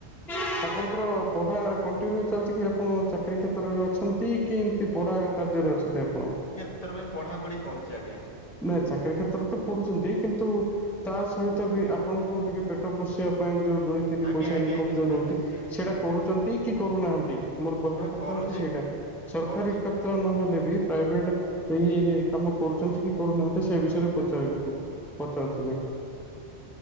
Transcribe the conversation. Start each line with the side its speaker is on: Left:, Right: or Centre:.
Centre: ଆପଣଙ୍କର ପଢ଼ା କଣ୍ଟିନ୍ୟୁ ଚାଲିଛି କି ଆପଣ ଚାକିରୀ କ୍ଷେତ୍ରରେ ଅଛନ୍ତି, କି ଏମିତି ପଢା କାର୍ଯ୍ୟରେ ଅଛନ୍ତି ଆପଣ।
Left: ତର ପାଇଁ ପଢା ପଢି କରୁଛି ଆଜ୍ଞା।
Centre: ନା ଚାକିରୀ କ୍ଷେତ୍ରରେ ତ ପଢୁଛନ୍ତି କିନ୍ତୁ ତା ସହିତ ବି ଆପଣଙ୍କୁ ଟିକେ ପେଟ ପୋଷିବା ପାଇଁ ଯୋଉ ଦୁଇ ତିନି
Left: ଆଜ୍ଞା
Centre: ପଇସା
Left: ଆଜ୍ଞା
Centre: ଇନକମ
Left: ନିଶ୍ଚୟ
Centre: ଜୋଉ ରହୁଛି
Left: ନିଶ୍ଚୟ
Centre: ସେଇଟା
Left: ନିଶ୍ଚୟ
Centre: କରୁଛନ୍ତି, କି କରୁନାହାନ୍ତି, ମୋର କହିବା
Left: ହଁ
Centre: କଥା
Left: କରୁଛି
Centre: ହଉଛି ସେଇଟା। ସରକାରୀ
Left: କରୁଛି
Centre: କ୍ଷେତ୍ର ନହେଲେ ବି ପ୍ରାଇଭେଟ ଇଏରେ କାମ କରୁଛନ୍ତି କି? କରୁନାହାନ୍ତି ସେ ବିଷୟରେ ପଚାରିବି ପଚାରୁଥିଲି?